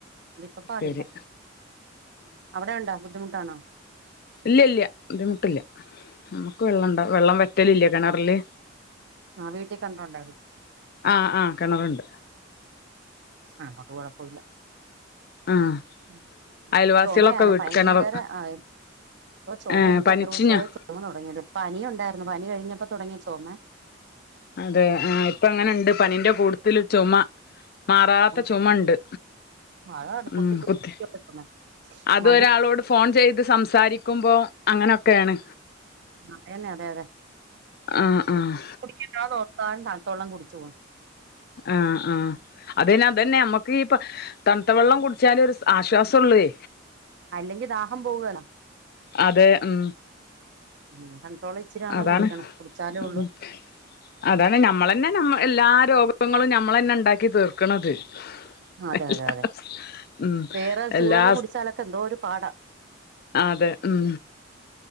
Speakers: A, on the right (about 60°); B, on the left (about 50°).
A: കൊണ്ട് ഇപ്പ പാടില്ല
B: ശരി
A: അവിടെയുണ്ടോ ബുദ്ധിമുട്ടാണോ
B: ഇല്ലില്ല ബുദ്ധിമുട്ടില്ല നമ്മുക്ക് വെള്ളം ഉണ്ട് വെള്ളം വറ്റലില്ല കെണറില്
A: ആഹ് വീട്ടിൽ കിണർ ഉണ്ടായിരിക്കും
B: ആഹ് ആഹ് കെണറുണ്ട്
A: ആഹ് നമ്മക്ക് കൊഴപ്പമില്ല
B: ആഹ്
A: ഉം
B: അയൽവാസികളൊക്കെ
A: ചൊമയാണ്
B: വീ
A: ഭയങ്കര
B: കിണർ
A: അ ചൊമ
B: ഏഹ്
A: എനിക്ക്
B: പനിച്ചിഞ്ഞോ
A: എത്ര ദിവസവായോ ചൊ മ തൊടങ്ങിയട്ട് പനിയുണ്ടായിരുന്നു പനി കഴിഞ്ഞപ്പോ തൊടങ്ങിയ ചോമയാ
B: അതെ ആ ഇപ്പ അങ്ങനൊണ്ട് പനീന്റെ കൂടത്തിൽ ചൊമ മാറാത്ത ചൊമയുണ്ട്.
A: കുത്തി കുത്തി അതാണ്
B: ഉം
A: കുത്തി കുത്തിയുള്ള
B: ഓക്കേ
A: ചുമ
B: അത്
A: മടുപ്പ്
B: ഒരാളോട് ഫോൺ ചെയ്ത് സംസാരി ക്കുമ്പോ അങ്ങനൊക്കേണ്.
A: അതെന്നെ അതെയതെ.
B: ആഹ് ആഹ്
A: കുടിക്കില്ലാ നോർത്താൽ തണ്ത്തള്ളം കുടിച്ച് പോവും.
B: ആഹ് ആഹ് അതിനതന്നെ നമ്മുക്കീ പ തണ്ത്ത വെള്ളം കുടിച്ചാലൊരു ആശ്വാസംള്ളേ
A: അല്ലെങ്കി ദാഹം പോവാണ്
B: അതെ ഉം
A: ഉ തണ്ത്തവെള്ളം ഇച്ചിരിആണേലും
B: അതാണ്
A: കുടിക്കണം കുടിച്ചാലേള്ളൂ
B: ഉം അതാണ് ഞമ്മളെന്നെ നമ്മ എല്ലാ രോഗങ്ങളും ഞമ്മളെന്നെണ്ടാക്കി തീർക്ക്ണത്
A: അതെ
B: എല്ലാ
A: യതെ യതെ
B: ഉം
A: വേറെ ചൂടുവെള്ളം
B: എല്ലാ
A: കുടിച്ചാലൊക്കെ എന്തോരു പാടാ
B: ആഹ് അതെ ഉം